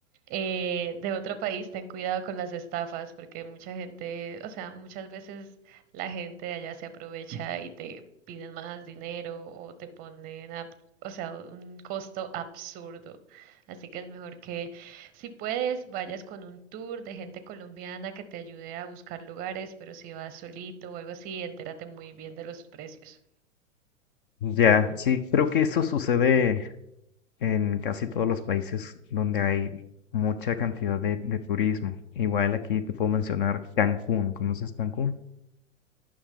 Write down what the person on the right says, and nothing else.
eh, de otro país, ten cuidado con las estafas, porque mucha gente, o sea, muchas veces la gente de allá se aprovecha y te piden más dinero o te ponen a, o sea, un costo absurdo. Así que es mejor que si puedes, vayas con un tour de gente colombiana que te ayude a buscar lugares, pero si vas solito o algo así, entérate muy bien de los precios.